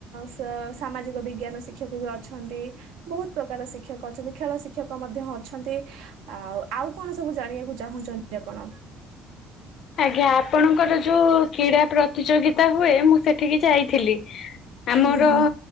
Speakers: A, on the right; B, on the left.
A: ସ ସାମାଜିକ ବିଜ୍ଞାନ ଶିକ୍ଷକ ବି ଅଛନ୍ତି ବହୁତ ପ୍ରକାର ଶି କ୍ଷକ ଅଛନ୍ତି ଖେଳ ଶିକ୍ଷକ ଲୋକ ମଧ୍ୟ ଅଛନ୍ତି ଆଉ ଆଉ କଣ ସବୁ ଜାଣିବାକୁ ଚାହୁଁଛନ୍ତି ଆପଣ?
B: ଆଜ୍ଞା ଆପଣଙ୍କର ଯୋଉ କ୍ରୀଡ଼ା ପ୍ରତିଯୋଗିତା ହୁଏ ମୁଁ ସେଠିକି ଯାଇଥିଲି ଆମର
A: ହୁଁ ହୁଁ